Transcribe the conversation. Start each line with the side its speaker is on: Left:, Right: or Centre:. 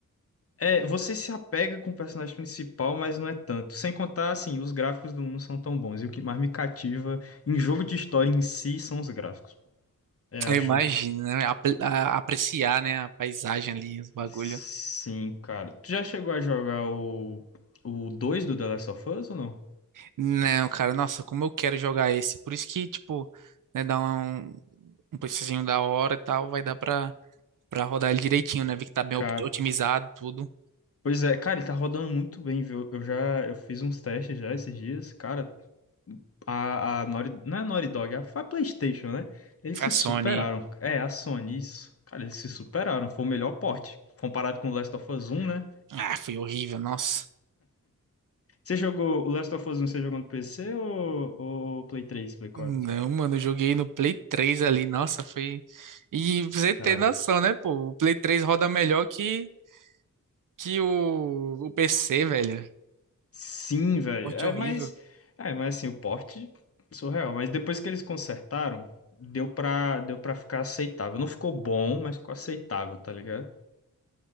Left: É, você se apega com o personagem principal, mas não é tanto. Sem contar, assim, os gráficos do 1 não são tão bons. E o que mais me cativa em jogo de história em si são os gráficos. Eu
Right: Eu
Left: acho.
Right: imagino, né? Apre- a- Apreciar, né? A paisagem ali, os bagulho.
Left: Sim, cara. Tu já chegou a jogar o, o 2 do The Last of Us ou não?
Right: Não, cara, nossa, como eu quero jogar esse. Por isso que, tipo, né, dá um, um preçozinho da hora e tal, vai dar pra, pra rodar ele direitinho, né? Vi que tá bem
Left: Cara.
Right: op- otimizado, tudo.
Left: Pois é, cara, ele tá rodando muito bem, viu? Eu já eu fiz uns testes já esses dias. Cara, A, a Naughty, não é Naughty Dog, é a, a PlayStation, né? Eles
Right: Foi
Left: se
Right: a Sony.
Left: superaram. É, a Sony, isso. Cara, eles se superaram. Foi o melhor porte. Comparado com o Last of Us um né?
Right: Ah, foi horrível, nossa.
Left: Você jogou o Last of Us um você jogou no PC ou, ou Play três Play quatro
Right: Não, mano, eu joguei no Play 3 ali, nossa, foi. E você
Left: Cara,
Right: ter noção, né, pô? O Play 3 roda melhor que, que o, o PC, velho.
Left: sim, velho.
Right: Corte
Left: É,
Right: horrível.
Left: mas, é, mas assim, o porte surreal. Mas depois que eles consertaram, deu pra, deu pra ficar aceitável. Não ficou bom, mas ficou aceitável, tá ligado?